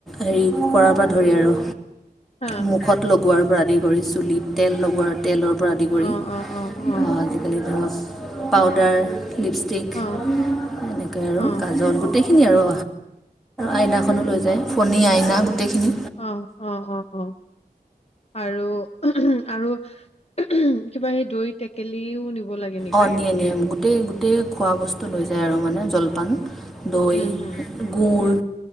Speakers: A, in the centre; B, on the left (about 40°).
A: হেৰি কৰাৰ পৰা ধৰি আৰু।
B: হা
A: মুখত লগোৱাৰ। পৰা আদি কৰি চুলি। তেল লগোৱাৰ তেলৰ পৰা আদি
B: অ
A: কৰি,
B: অ অ অ অ
A: আজিকালি ধৰক পাউদাৰ লিপষ্টিক
B: অ
A: এনেকৈ
B: অ
A: আৰু
B: অ
A: কাজল গোটেই। খিনি আৰু। আইনাখনো লৈ যায়। ফণী আইনা গোটেইখিনি।
B: অ অ অ অ আৰু <unintelligible> আৰু <unintelligible> কিবা সেই দৈ টেকেলিও নিব লাগে নেকি?
A: অ নিয়ে নিয়ে। গোটেই গোটেই খোৱা বস্তু লৈ যায় আৰু মানে জলপান। দৈ
B: উম, হুম,
A: গুৰ
B: হুম,